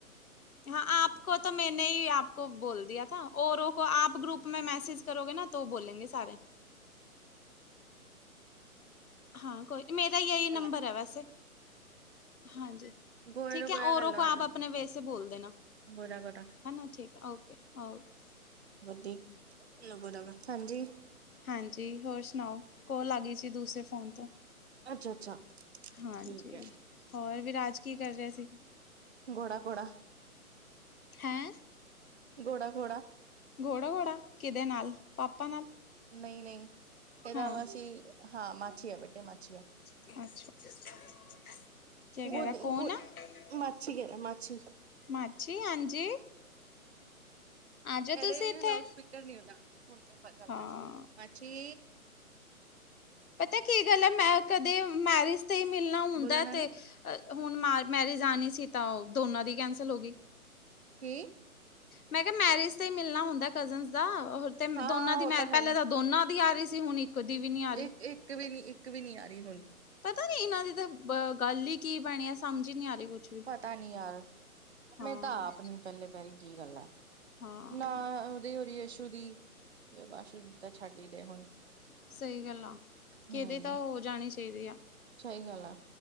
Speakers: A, on the left (about 70°); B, on the right (about 45°).
A: ਹਾਂ ਆਪ ਕੋ ਤੋ ਮੈਨ ਨਹੀਂ ਆਪ ਕੋ ਬੋਲ ਦੀਆ ਥਾ ਔਰੋਂ ਕੋ ਆਪ ਗਰੁੱਪ ਮੇ ਮੈਸੇਜ ਕਰੋਗੇ ਨਾ ਤੋਂ ਬੋਲੇਂਗੇ ਸਾਰੇ। ਹਾਂ ਕੋਈ ਨਹੀਂ ਮੇਰਾ
B: ਕ
A: ਏਹੀ ਨੰਬਰ
B: ਗਲਾ
A: ਹੈ ਵੈਸੇ। ਹਾਂਜੀ
B: ਗੋਰਾ
A: ਠੀਕ
B: ਤੋਂ ਗੋਰਾ
A: ਹੈ ਔਰੋ
B: ਕਰ ਲਓ
A: ਕੋ ਆਪ
B: ਆਜੋ
A: ਆਪਣੇ ਵੇਸੇ ਬੋਲਦੇ ਨਾ।
B: ਗੋਰਾ ਗੋਰਾ।
A: ਹੈਨਾ ਠੀਕ ਹੈ ਓਕੇ ਓਕੇ।
B: <unintelligible> ਹਾਂਜੀ?
A: ਹਾਂਜੀ ਹੋਰ ਸਨਾਓ? ਕੋਲ ਆ ਗਈ ਸੀ ਦੂਸਰੇ ਫੋਨ ਤੋਂ।
B: ਅੱਛਾ। ਅੱਛਾ
A: ਹਾਂਜੀ
B: ਠੀਕ ਹੈ
A: ਹੋਰ ਵੀਰਾਜ ਕੀ ਕਰ ਰਿਹਾ ਸੀ?
B: ਘੋੜਾ ਘੋੜਾ
A: ਹੈਂ।
B: ਘੋੜਾ ਘੋੜਾ।
A: ਘੋੜਾ ਘੋੜਾ ਕਿਦੇ ਨਾਲ ਪਾਪਾ ਨਾਲ?
B: ਨਈ, <unintelligible> ਨਈ ਪਰ
A: ਹਾਂ
B: ਆ ਅਸੀਂ, ਹਾਂ ਮਾਛੀ ਆ, ਬੇਟਾ ਮਾਛੀ ਆ।
A: <unintelligible>
B: ਗੁਦ ਗੁ ਮਾਛੀ ਘਰਾ ਮਾਛੀ। <unintelligible>
A: ਮਾਛੀ ਹਾਂਜੀ। ਆ ਜਾਓ
B: ਐਦੇ
A: ਤੁਸੀਂ ਇੱਥੇ
B: ਲਾਊਡ ਸਿਪੀਕਰ ਨੀ ਹੂੰਦਾ <unintelligible>
A: ਹਾਂ
B: ਛੀ
A: ਪਤਾ ਕੀ ਗੱਲ ਏ ਮੈਂ ਕਦੇ ਮੈਰਿਜ਼ ਤੇ ਈ ਮਿਲਨਾ ਹੁੰਦਾ
B: ਬੋਲੋ ਨਾਨੇ
A: ਤੇ ਹੁਨ ਮੈਰਿਜ਼ ਆਨੀ ਸੀ ਤਾ ਦੋਨਾਂ ਦੀ ਕੈਂਸਲ ਹੋ ਗੀ।
B: ਕੀ?
A: ਮੈਂ ਕਿਹਾ ਮੈਰਿਜ਼ ਤੇ ਈ ਮਿਲਨਾ ਹੁੰਦਾ ਕਜ਼ਨਸ ਦਾ ਤੇ ਪਹਿਲਾ
B: ਹਾਂ ਉਹ ਹੈ।
A: ਤਾਂ ਦੋਨਾਂ ਦੀ ਆ ਰਹੀ ਸੀ ਹੁਨ ਇੱਕ ਦੀ ਵੀ ਨੀ ਆ ਰਹੀ
B: ਇੱਕ ਇੱਕ ਵੀ ਨੀ ਇੱਕ ਵੀ ਨੀ ਆ ਰਹੀ ਹੁਨ।
A: ਪਤਾ ਨੀ ਇਨਾਂ ਦੀ ਤਾਂ ਅ ਗੱਲ ਈ ਕੀ ਬਣੀ ਆ ਸਮਝ ਈ ਨੀ ਆ ਰਹੀ ਕੁਛ ਵੀ।
B: ਪਤਾਂ ਨੀ ਯਾਰ
A: ਹਾਂ।
B: ਮੈਂ ਤਾਂ ਆਪ ਨੀ ਪੱਲੇ ਪੈ ਰਹੀ ਕੀ ਗੱਲ ਆ।
A: ਹਾਂ,
B: ਨਾ, ਓਦੀ ਓਰ ਯਸ਼ੂ ਦੀ <unintelligible> ਤਾਂ ਛੱਡ ਈ ਦੇ ਹੁਣ।
A: ਸਈ ਗੱਲ ਆ ਕੀਦੀ
B: ਹੂੰ
A: ਤਾਂ ਹੋ ਜਾਣੀ ਚਾਹੀਦੀ ਆ।
B: ਸਹੀ ਗੱਲ ਆ